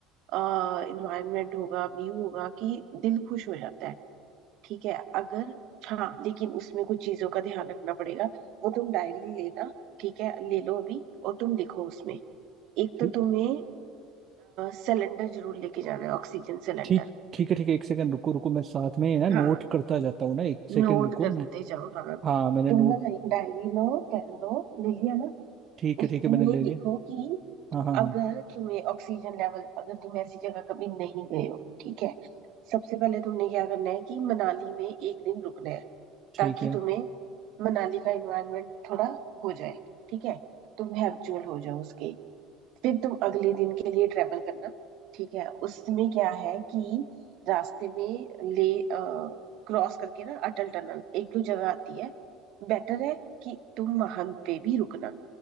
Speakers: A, on the right; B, on the right.
A: आ, इन्वायरमेंट होगा व्यू होगा कि दिल खुश हो जाता है ठीक है अगर हाँ लेकिन उसमें कुछ चीजों का ध्यान रखना पड़ेगा वो तुम डायरी लेना ठीक है ले लो अभी और तुम लिखो उसमें एक
B: ठीक
A: तो तुम्हें सिलेंडर जरूर लेके जाना है ऑक्सीजन सिलेंडर
B: ठीक ठीक है ठीक है एक सेकंड रुको रुको मैं साथ में ही ना नोट
A: हाँ
B: करता जाता हूँ ना एक सेकंड
A: नोट
B: रुको
A: करते
B: मैं
A: जाओ हाँ
B: हाँ मैंने
A: तुम
B: नोट
A: ना एक डायरी लो पेन लो ले लिया ना
B: ठीक है
A: उसमें
B: ठीक है मैंने ले लिया
A: लिखो कि
B: हाँ हाँ हाँ
A: अगर तुम्हें ऑक्सीजन लेवल अगर तुम ऐसी जगह कभी नहीं गए हो ठीक है सबसे पहले तुमने क्या करना है कि मनाली में एक दिन रुकना है
B: ठीक
A: ताकि
B: है
A: तुम्हें मनाली का एनवायरनमेंट थोड़ा हो जाए ठीक है तुम हैबिचुअल हो जाओ उसके फिर तुम अगले दिन के लिए ट्रेवल करना ठीक है उसमें क्या है कि रास्ते में ले क्रॉस करके ना अटल टनल एक दो जगह आती है बेटर है कि तुम वहां पे भी रुकना